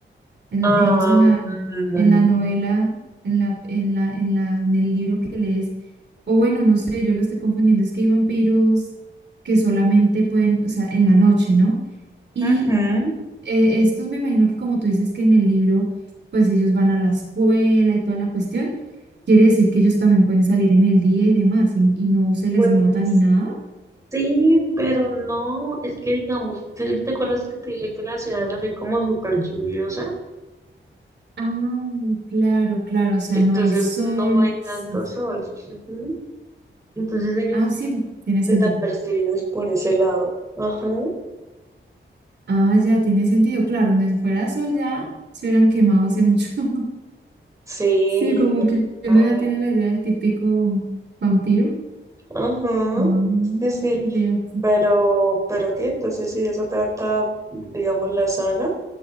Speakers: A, on the right; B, on the right.
A: en-
B: Am,
A: digamos en la, en la novela, en la, en la, en la, en el libro que lees, o bueno, no sé, yo lo estoy confundiendo, es que hay vampiros que solamente pueden, o sea, en la noche, ¿no? y
B: ujú,
A: eh, estos me imagino que como tú dices que en el libro, pues ellos van a la escuela y toda la cuestión, quiere decir que ellos también pueden salir en el día y demás y, y no se
B: Pues
A: les nota ni nada.
B: sí, pero no, es que digamos, ¿te, te acuerdas que te dije que la ciudad es así como súper lluviosa?
A: Ah, claro, claro, o sea,
B: Entonces
A: no hay sol.
B: no hay tanto
A: Sí, sí.
B: sol. Ujú. Entonces ellos
A: Ah, sí,
B: pasan
A: tiene
B: desapercibidos
A: sentido.
B: por ese lado. Ajá.
A: Ah, ya, tiene sentido. Claro, donde fuera sol ya se hubieran quemado hace mucho. <laughs>
B: Sí,
A: Sí,
B: literal.
A: como que uno ya tiene la idea del típico vampiro.
B: Ajá.
A: Ah,
B: Sí, sí.
A: idea.
B: Pero, ¿pero qué? Entonces, si de eso trata, digamos, la saga,